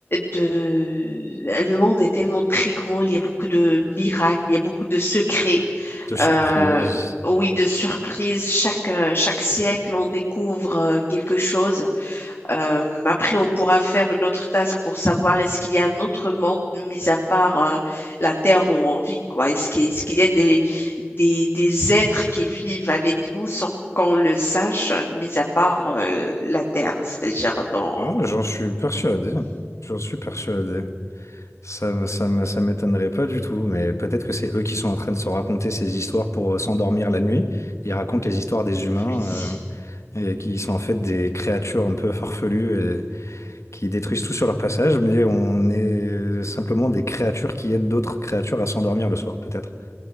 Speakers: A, on the left; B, on the left.
A: de, le monde est tellement très grand, il y a beaucoup de miracles, il y a beaucoup de secrets,
B: de surprise.
A: euh, oui, de surprises. Chaque, euh, chaque siècle, on découvre euh, quelque chose. Euh, après, on pourra faire une autre task pour savoir est-ce qu'il y a un autre monde mis à part euh, la Terre où on vit, quoi. Est-ce qu'il est-ce qu'il y a des, des, des êtres qui vivent avec nous sans qu'on le sache, mis à part euh, la Terre, c'est-à-dire dans...
B: Ah, j'en suis persuadé. J'en suis persuadé. Ça, me- ça, me- ça m'étonnerait pas du tout, mais peut-être que c'est eux qui sont en train de se raconter ces histoires pour euh, s'endormir la nuit. Ils racontent les histoires des humains
A: Oui,
B: euh, et qui sont en fait des créatures un peu farfelues qui détruisent tout sur leur passage, mais on est simplement des créatures qui aident d'autres créatures à s'endormir le soir, peut-être.